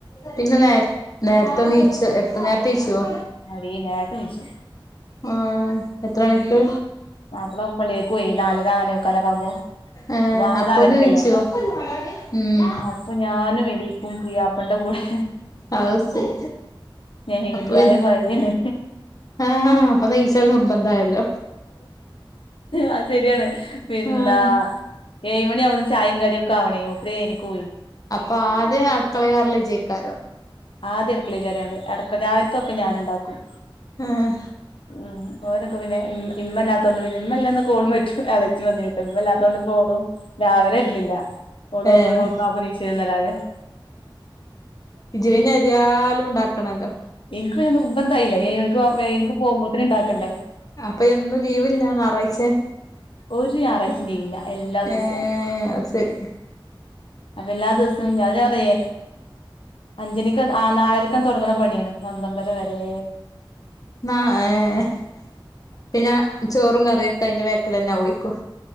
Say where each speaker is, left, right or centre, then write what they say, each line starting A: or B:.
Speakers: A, on the left; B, on the left.
A: പിന്നെ നേര് നേരത്തെ നീച്ചോ എപ്പ നേരത്തെ നീച്ചുവോ?
B: അടീ നേരത്തെ നീച്ചു
A: ആഹ് എത്ര മണിക്ക്?
B: ഉം മാപ്പള പള്ളികയ്ക്ക് പോയി. നാലരാകാന് ക്കനകാവുമ്പോ.
A: ഏഹ്
B: വാങ്ക്
A: അപ്പൊന്ന്
B: നാലരക്കല്ലേ?
A: നീച്ചോ ഉം
B: അപ്പൊ ഞാനും എണീക്കും പൂയാപ്ലേന്റെ കൂടെ
A: അഹ് സരി
B: സ്നേഹനിധിയായ
A: അപ്പൊ പിൻ.
B: ഭാര്യയാണ്
A: ആഹ് അപ്പൊ <unintelligible> നിർബന്തായല്ലോ
B: അത് സെര്യായാണ്. പിൻന്താ
A: ആഹ്
B: ഏഴ് മണി ആകുമ്പത്തിന് ചായ് യും കടി ഒക്കെ ആവണെ. മൂപ്പര് ഏഴ് മണിക്ക് പോയി
A: അപ്പൊ ആദ്യം അടുക്കളെ കേറൽ ഇജ്ജെയ്ക്കാരം.
B: ആദ്യം അടക്കളെ കേറിയ അത് എടക്ക് രാവിലത്തെയൊക്കെ ഞാൻ ഉണ്ടാക്കും
A: ആഹ്
B: മ്മ് ഓരൊക്കെ പിന്നെ ഇമ്മ ഇമ്മല്ലാത്തൊണ്ട് പിന്നെ ഇമ്മല്ലാക്കെ <unintelligible> ഇജ് വന്നിട്ട് ഇമ്മ ഇല്ലാത്തോണ്ട് ഇപ്പോ ഓളും രാവിലെ വരണില്ല ഓളക്കെ
A: ഏഹ്
B: ക്ക അഭിനീശര <unintelligible> ന്നല്ലാതെല്ല
A: വിജയവിന എരിയാ <unintelligible> ലും ഉണ്ടാക്കണ <unintelligible> ല്ലോ
B: ബ <unintelligible> ഇതായില്ല ഏഴുമണിക്ക് ഏഴുമണിക്ക് പോകുമ്പോത്തന്നെ ഇണ്ടാക്കണ്ടേ
A: അപ്പൊ എന്നും ലീവില്ല ഞായറാഴ്ചെ
B: ഒരു ഞായറാഴ്ചയും ലീവില്ല എല്ല ദെവസവും
A: ഏഹ്
B: ഒണ്ട്
A: അത് ശരി
B: അപ്പൊ എല്ലാ ദെവസവും അവര് പറയുവെ അഞ്ചനിക്ക ആ നാലരക്ക തൊടങ്ങണ പണിയാണ് പന്ത്രണ്ടര വരെ
A: ആ ഏയ് പിന്നെ ചോറും കറിയൊക്കെ അതിന്റെ വെ - അതുപോലെ തന്നെ ആ ഒര്ക്കും